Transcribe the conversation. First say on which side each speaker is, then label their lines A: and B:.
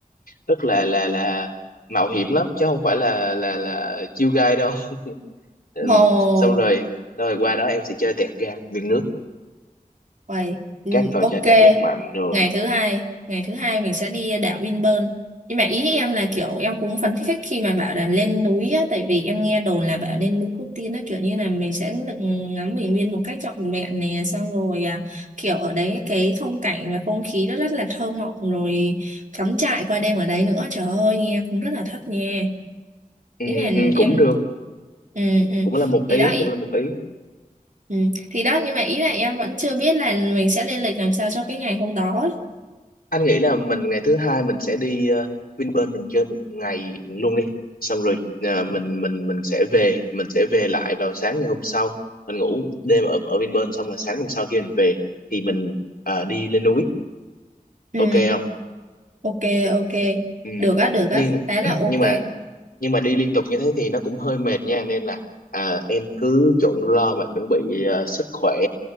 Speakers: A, on the left; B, on the right.
A: rất là là là mạo hiểm lắm chứ không phải là là là chill guy đâu Ừm,
B: Ồ.
A: xong rồi xong rồi qua đó em sẽ chơi tẹt gạt viên nước
B: Vậy, ừ,
A: các trò
B: ok.
A: chơi cảm giác mạnh rồi
B: Ngày thứ hai, ngày thứ hai mình sẽ đi đảo Vinpearl. Nhưng mà ý em là kiểu em cũng phấn khích khi mà bảo là lên núi á, tại vì em nghe đồn là bảo lên núi Cô Tiên á, kiểu như là mình sẽ được ngắm bình nguyên một cách trọn vẹn nè, xong rồi à, kiểu ở đấy cái phong cảnh và không khí nó rất là thơ mộng, rồi cắm trại qua đêm ở đấy nữa, trời ơi nghe cũng rất là thất nha.
A: Ừm,
B: Ý là
A: ừm, cũng
B: em
A: được
B: Ừ, ừ.
A: cũng là một
B: Thì
A: ý
B: đó
A: cũng là một ý
B: Ừ. Thì đó nhưng mà ý là em vẫn chưa biết là mình sẽ lên lịch làm sao cho cái ngày hôm đó.
A: anh nghĩ là mình ngày thứ hai mình sẽ đi uh, Vinpearl mình chơi một ngày luôn đi xong rồi ờ, mình mình mình sẽ về mình sẽ về lại vào sáng ngày hôm sau mình ngủ đêm ở ở Vinpearl xong rồi sáng hôm sau khi mình về thì mình ờ, đi lên núi
B: Ừ.
A: ok không
B: Ok ok.
A: ừ.
B: Được á được
A: nhưng
B: á. Thế là
A: <clears throat>
B: ok.
A: nhưng mà nhưng mà đi liên tục như thế thì nó cũng hơi mệt nha nên là à, em cứ chuẩn lo mà chuẩn bị ờ, sức khỏe